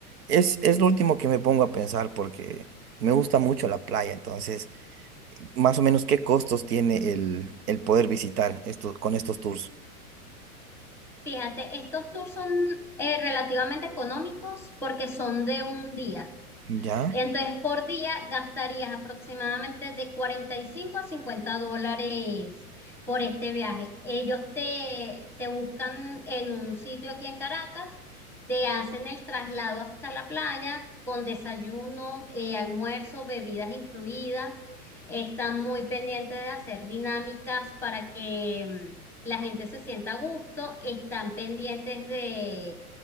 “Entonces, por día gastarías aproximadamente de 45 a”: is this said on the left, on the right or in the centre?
Centre